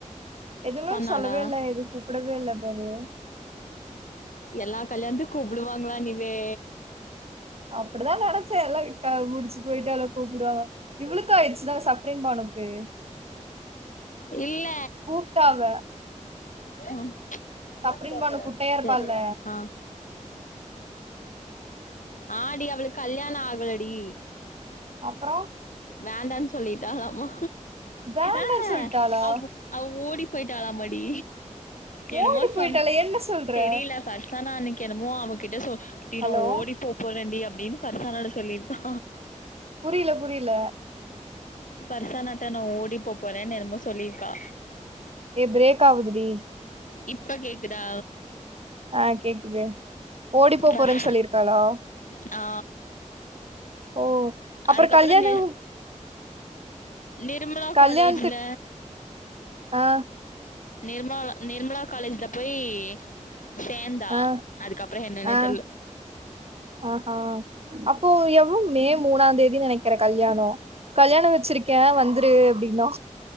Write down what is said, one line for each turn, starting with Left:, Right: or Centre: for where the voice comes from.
Right: எதுமே
Left: சொன்னாளா
Right: சொல்லவே இல்ல எது கூப்டவே இல்ல பாரு
Left: எல்லா கல்யாணத்துக் கூப்டுவாங்களா நிவே
Right: அப்புடிதா நெனச்சே எல்லா க முடிச்சு போய்ட்டாலோ கூப்புடு அவ இவுளுக்கு ஆய்ருச்சுதானே சஃப்ரின் பானுக்கு
Left: இல்ல
Right: கூப்ட்டா அவ
Left: அங்
Right: சப்ரின் பானு குட்டையா இருப்பாள்ல
Left: சேர் அங் ஆ டி அவளுக் கல்யாணோ ஆகலடி
Right: அப்பறோ
Left: வேண்டான் சொல்லிட்டாலாமா
Right: வேண்டான்னு
Left: ஆஹ
Right: சொல்லிட்டாளா
Left: அவ அவ ஓடி போய்ட்டாளாமாடி என்னமோ
Right: ஓடி போயிட்டாளா
Left: சொன்
Right: என்ன சொல்ற
Left: தெரில பர்சானா அன்னிக்கி என்னமோ அவகிட்ட சொ சி
Right: ஹலோ
Left: நா ஓடிப்போப் போறண்டி அப்டின்னு ஃபர்ஷானாட்ட சொல்லிருக்கா
Right: புரில புரில
Left: ஃபர்சானாட்ட நா ஓடி போ போறேன் எனமோ சொல்லிருக்கா
Right: ஏ ப்ரேக் ஆவுது டி
Left: இப்ப கேக்குதா
Right: ஆ கேக்குது ஓடி போ
Left: ஃபர்
Right: போறேன் சொல்லிருக்காளா
Left: ஆ
Right: ஓ அப்பறோ
Left: அதுக்கப்புறோ
Right: கல்யாணோ
Left: நி நிர்மலா
Right: கல்யாணத்துக்கு
Left: காலேஜுல
Right: ஆ
Left: நிர்மலா நிர்மலா காலேஜ்ல போயி சேந்தா
Right: ஆ
Left: அதுக்கப்பறோ என்னென்னே
Right: ஆ
Left: தெர்ல
Right: ஆஹா அப்போ எப்ப மே மூணாந்தேதின் நனைக்குற கல்யாணோ கல்யாணோ வெச்சிருக்கே வந்துரு அப்டின்னா